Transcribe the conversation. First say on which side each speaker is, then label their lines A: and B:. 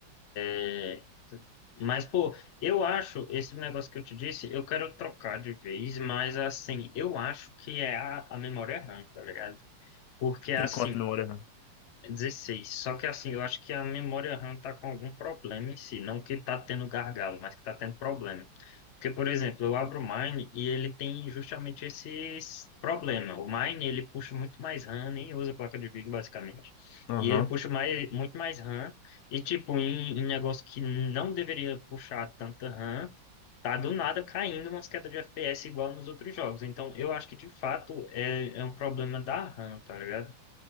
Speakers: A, on the left; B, on the left.
A: É, Mas, pô, eu acho, esse negócio que eu te disse, eu quero trocar de vez, mas assim, eu acho que é a, a memória RAM, tá ligado? Porque assim,
B: Tem quanto memória RAM?
A: dezesseis Só que assim, eu acho que a memória RAM tá com algum problema em si. Não que tá tendo gargalo, mas que tá tendo problema. Porque, por exemplo, eu abro o Mine e ele tem justamente esse problema. O Mine, ele puxa muito mais RAM, nem usa placa de vídeo, basicamente.
B: Aham.
A: E ele puxa mais, muito mais RAM. E, tipo, em, em negócio que não deveria puxar tanta RAM, tá do nada caindo umas quedas de FPS igual nos outros jogos. Então, eu acho que, de fato, é, é um problema da RAM, tá ligado?